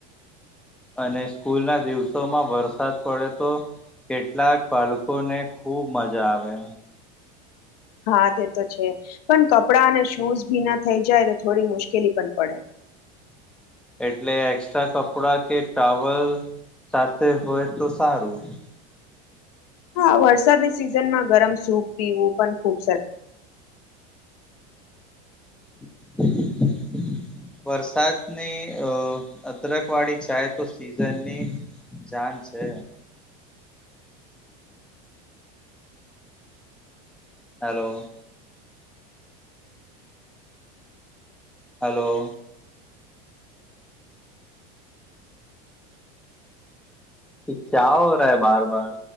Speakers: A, in the centre; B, on the left (about 70°).
A: અને સ્કૂલ ના દિવસોમાં વરસાદ પડે તો કેટલાક બાળકો ને ખુબ મજા આવે
B: હા તે તો છે પણ કપડાં અને શૂઝ ભી ના થઈ જાય તો થોડી મુશ્કેલી પણ પડે
A: એટલે એક્સ્ટ્રા કપડા કે ટાવલ સાથે હોય તો સારું. <inaudible>
B: હા વરસાદની સિઝનમાં ગરમ સૂપ પીવું પણ ખુબ સરસ.
A: <unintelligible> વરસાદની અ અદરક વાળી ચાય તો સીઝનની. જાન છે. હલો. હલો. એ ક્યા હો રહા હૈ બાર બાર.